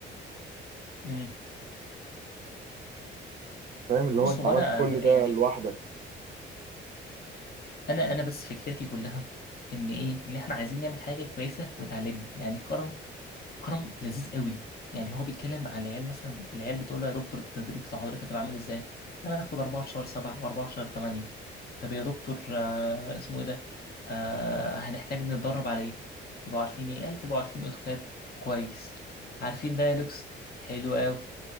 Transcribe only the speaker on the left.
مم.
بص
هو
انا
يعني
انا انا بس فكرتي كلها ان ايه ان احنا عايزين نعمل حاجه كويسه وتعلمنا يعني كرم كرم لذيذ قوي يعني هو بيتكلم على العيال مثلا العيال بتقول له يا دكتور التدريب بتاع حضرتك هتبقى عامل ازاي انا هناخد اربعه في شهر سبعه واربعه في شهر ثمانيه طب يا دكتور آه اسمه ايه ده آه هنحتاج نتدرب على ايه تبقوا عارفين ايه قال تبقوا عارفين اوتوكاد كويس عارفين دايلوكس حلو قوي